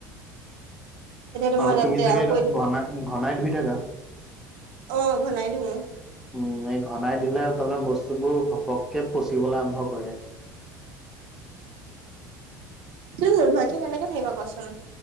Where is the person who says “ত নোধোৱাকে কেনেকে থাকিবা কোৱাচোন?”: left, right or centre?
Right